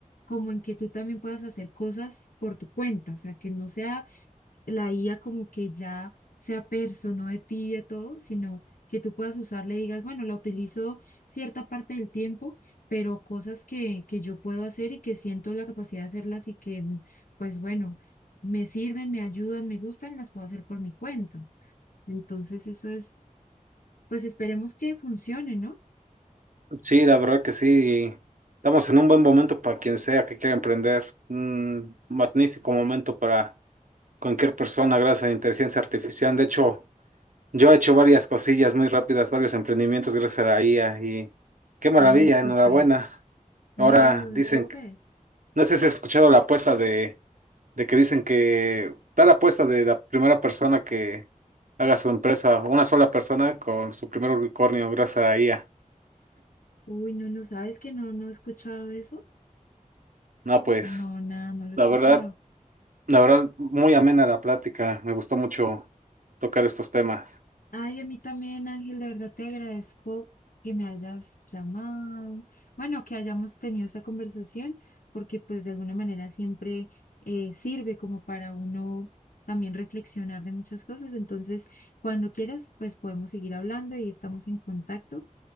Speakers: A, on the left (about 85°); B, on the right (about 70°).
A: como en que tú también puedas hacer cosas por tu cuenta, o sea, que no sea la IA como que ya sea persona de ti y de todo, sino que tú puedas usarla y digas, bueno, la utilizo cierta parte del tiempo, pero cosas que, que yo puedo hacer y que siento la capacidad de hacerlas y que, pues bueno, me sirven, me ayudan, me gustan, las puedo hacer por mi cuenta. Entonces, eso es, pues esperemos que funcione, ¿no?
B: Sí, la verdad que sí. Estamos en un buen momento para quien sea que quiera emprender. Un magnífico momento para cualquier persona gracias a la inteligencia artificial. De hecho, yo he hecho varias cosillas muy rápidas, varios emprendimientos gracias a la IA y qué maravilla,
A: Ay, súper.
B: enhorabuena.
A: No,
B: Ahora dicen,
A: súper.
B: no sé si has escuchado la apuesta de, de que dicen que tal apuesta de la primera persona que haga su empresa, una sola persona con su primer unicornio gracias a la IA.
A: Uy, no, no sabes que no, no he escuchado eso.
B: No, pues.
A: No, nada, no lo he
B: La
A: escuchado.
B: verdad, La verdad, muy amena la plática. Me gustó mucho tocar estos temas.
A: Ay, a mí también, Ángel, de verdad te agradezco que me hayas llamado. Bueno, que hayamos tenido esta conversación, porque pues de alguna manera siempre eh, sirve como para uno también reflexionar de muchas cosas. Entonces, cuando quieras, pues podemos seguir hablando y estamos en contacto.